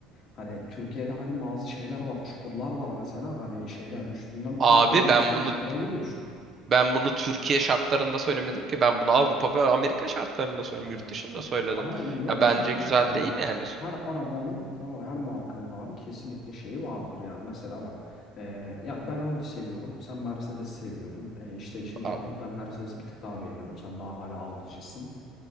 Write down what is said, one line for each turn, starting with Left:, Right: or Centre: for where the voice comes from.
Left: Hani Türkiye'de hani bazı şeyler var çukurlar var mesela hani şeyden üstünden tankla
Right: Abi
Left: geçsen
Right: ben bunu
Left: çukura giriyorsun.
Right: ben bunu Türkiye şartlarında söylemedim ki. Ben bunu Avrupa ve Amerika şartlarında söyledim.
Left: Hani
Right: Yurt dışında söyledim.
Left: Ama yine
Right: Ya
Left: de
Right: bence
Left: şey
Right: güzel
Left: değil ya bak
Right: değil
Left: ah,
Right: yani.
Left: her arabanın tamam her markanın abi kesinlikle şeyi vardır. Yani mesela bak e, ya ben Audi seviyorum sen Mercedes seviyordun. E, işte şimdi
Right: Ar-
Left: artık ben Mercedes bir tık daha beğeniyorum sen daha hala Audi'cisin.